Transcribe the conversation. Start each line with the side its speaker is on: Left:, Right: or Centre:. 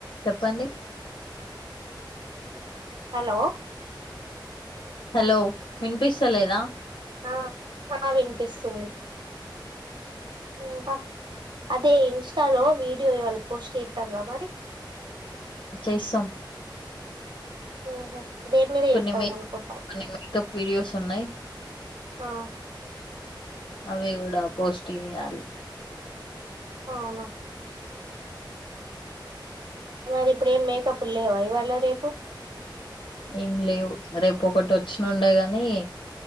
Left: చెప్పండి
Right: hello
Left: hello వినిపిస్తలేదా
Right: ఆ ఆ వినిపిస్తుంది ఇంక అదే ఇన్స్టాలో వీడియో ఇవాళ పోస్ట్ ఎయితమ్ గ మరి
Left: చేసాం
Right: మ్ హు దేని మీదే
Left: కొన్ని
Right: ఎయిత్తం
Left: మే
Right: అనుకుంటా
Left: కొన్ని మేకప్ వీడియోస్ ఉన్నాయి
Right: ఆ
Left: అవి గూడా పోస్ట్ చేయాలి
Right: అవునా మరి ఇప్పుడు ఏం మేకప్లు లేవా ఇవాళ రేపు
Left: ఏం లేవు రేపు ఒకటి వచ్చిన ఉండే గాని